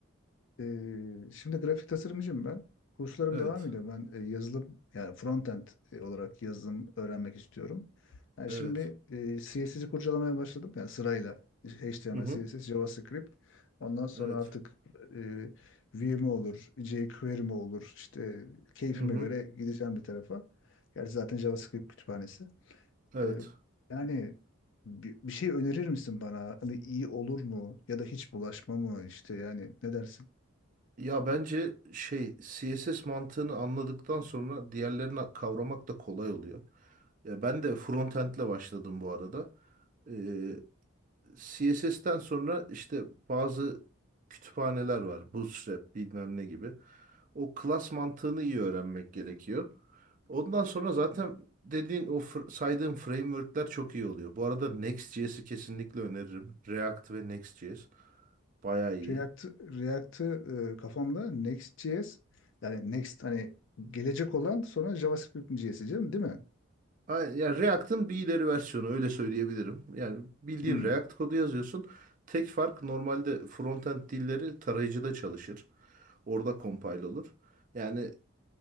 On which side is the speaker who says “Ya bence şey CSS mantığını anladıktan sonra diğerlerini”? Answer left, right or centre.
Right